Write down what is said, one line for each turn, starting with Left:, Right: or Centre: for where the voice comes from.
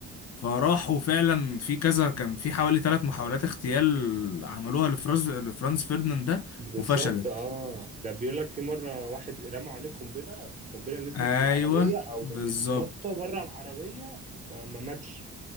Left: فراحوا فعلا في كذا كان في حوالي ثلاث محاولات اغتيال عملوها لفرانز لفرانز فيرديناند ده
Right: بالظبط
Left: وفشلت
Right: اه ده بيقول لك في مره واحد رمى عليه قنبله القنبله نزلت
Left: ايوه
Right: في العربيه او
Left: بالظبط
Right: متنطه بره العربيه فما ماتش